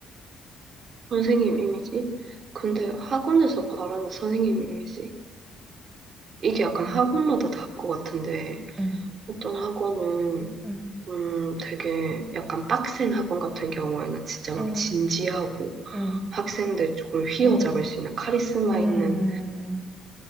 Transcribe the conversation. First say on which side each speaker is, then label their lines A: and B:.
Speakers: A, on the right; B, on the right.
A: 선생님 이미지? 근데 학원에서 바라는 선생님 이미지? 이게 약간 학원마다
B: 응,
A: 다를 것 같은데.
B: 응,
A: 어떤 학원은
B: 응.
A: 음, 되게 약간 빡센 학원 같은 경우에는 진짜
B: 음,
A: 막 진지하고
B: 음,
A: 학생들 조금 휘어잡을
B: 음,
A: 수 있는 카리스마
B: 음,
A: 있는